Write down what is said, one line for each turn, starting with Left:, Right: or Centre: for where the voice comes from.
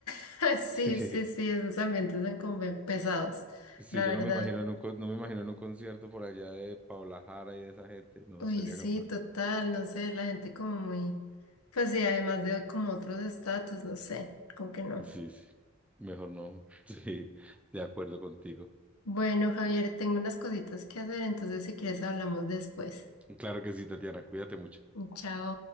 Left: <laughs> Sí,
Centre: Sí,
Left: sí, sí, esos ambientes son como pesados,
Centre: sí,
Left: la
Centre: yo
Left: verdad.
Centre: no me imagino en un, con- no me imagino en un concierto por allá de Paula Jara y de esa gente, no
Left: Uy,
Centre: sería
Left: sí,
Centre: capaz.
Left: total, no sé, la gente como muy, pues sí, además de como otros estatus, no sé, como que no.
Centre: Sí, sí, mejor no. <laughs> Sí, de acuerdo contigo.
Left: Bueno, Javier, tengo unas cositas que hacer, entonces si quieres hablamos después.
Centre: Claro que sí, Tatiana, cuídate mucho.
Left: Chao.